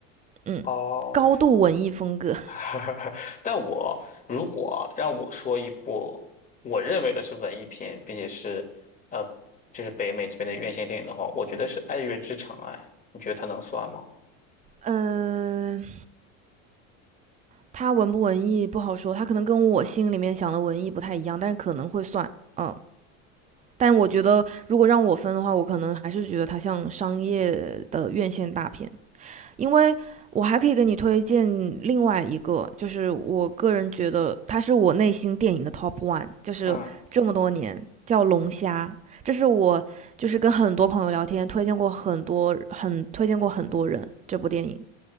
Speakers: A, on the right (about 20°); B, on the left (about 20°).
A: 嗯，
B: 哦，
A: 高度文艺风格，
B: <laughs> 但我如果让我说一部我认为的是文艺片，并且是呃，就是北美这边的院线电影的话，我觉得是《爱乐之城》。哎，你觉得它能算吗？
A: 嗯、呃它文不文艺不好说，它可能跟我心里面想的文艺不太一样，但是可能会算，嗯，但我觉得如果让我分的话，我可能还是觉得它像商业的院线大片，因为我还可以给你推荐另外一个，就是我个人觉得它是我内心电影的 top one，就是这么多年叫《龙虾》，
B: 嗯，
A: 这是我就是跟很多朋友聊天推荐过很多很推荐过很多人这部电影。